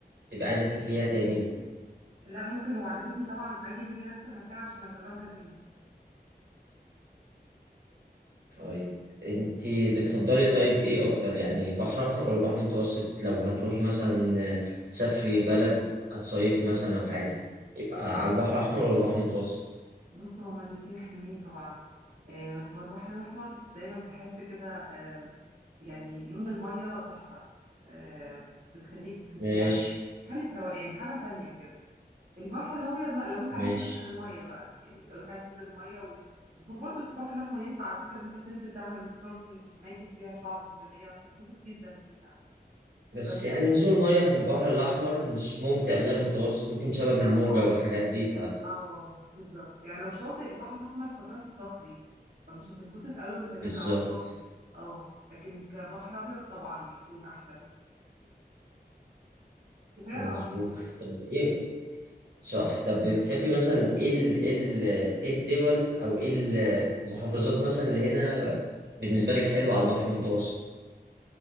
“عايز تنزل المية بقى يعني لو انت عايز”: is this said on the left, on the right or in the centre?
Right